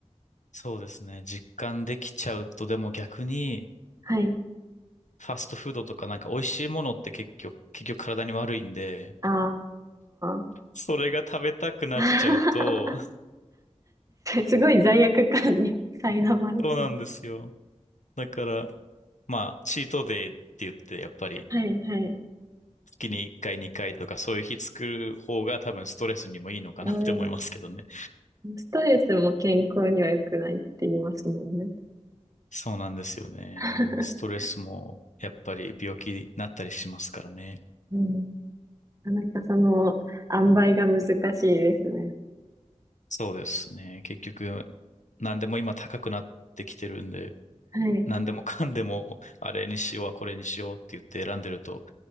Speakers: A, on the left (about 80°); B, on the right (about 30°).
A: そうですね。実感できちゃうと、でも逆に
B: はい。
A: ファストフードとかなんか美味しいものって結局、結局体に悪いんで、
B: あー。
A: それが食べたくなっちゃうと、
B: <laughs> すごい罪悪感に苛まれそう。
A: <laughs> そうなんですよ。だから、まあ、チートデイって言って、やっぱり、
B: はい、はい。
A: 月に1回、2回とか、そういう日作る方が多分ストレスにもいいのかなって思いますけどね。
B: うんストレスも健康には良くないって言いますもんね。
A: そうなんですよね。
B: <laughs>
A: ストレスも、やっぱり病気になったりしますからね。
B: うん。なかなかその、塩梅が難しいですね。
A: そうですね。結局、何でも今高くなってきてるんで、
B: はい。
A: 何でもかんでも、あれにしよう、これにしようって言って選んでると、